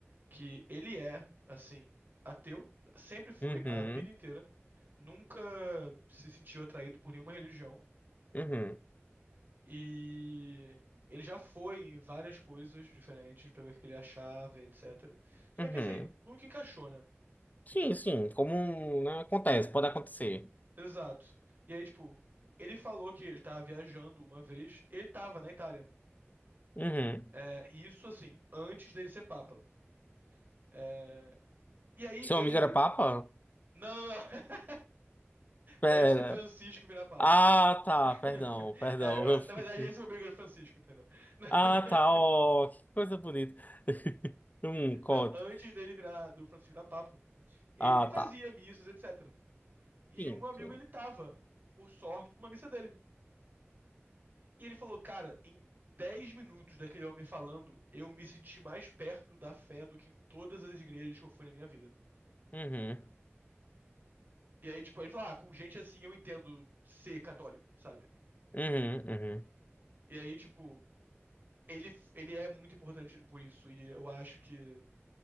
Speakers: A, on the right; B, on the left.
A: Que ele é, assim, ateu, sempre foi
B: uhum,
A: a vida inteira, nunca se sentiu atraído por nenhuma religião.
B: uhum,
A: E ele já foi em várias coisas diferentes pra ver o que ele achava, etc. Só
B: uhum.
A: que, assim, nunca encaixou, né?
B: Sim, sim, como, né, acontece, pode acontecer.
A: Exato. E aí, tipo, ele falou que ele tava viajando uma vez, ele tava na Itália.
B: Uhum.
A: É, e isso, assim, antes dele ser papa. É, e aí
B: Seu
A: ele.
B: amigo era papa?
A: Não! <laughs>
B: Pera.
A: Antes do Francisco virar papa.
B: Ah, tá,
A: <laughs>
B: perdão, perdão.
A: É, eu-
B: Eu
A: na
B: fiquei.
A: verdade, esse meu amigo era o Francisco, entendeu? <laughs>
B: Ah, tá, ó, que coisa bonita. <laughs> Hum, conte.
A: Não, antes dele virar do Francisco virar papa, ele
B: Ah,
A: fazia
B: tá.
A: missas, etc. E
B: Sim,
A: o meu amigo,
B: sim.
A: ele tava, por sorte, numa missa dele. E ele falou, cara, em 10 minutos daquele homem falando, eu me senti mais perto da fé do que em todas as igrejas que eu fui na minha vida.
B: Uhum,
A: E aí, tipo, ele fala, ah, com gente assim eu entendo ser católico, sabe?
B: uhum, uhum.
A: E aí, tipo, ele, ele é muito importante por isso, e eu acho que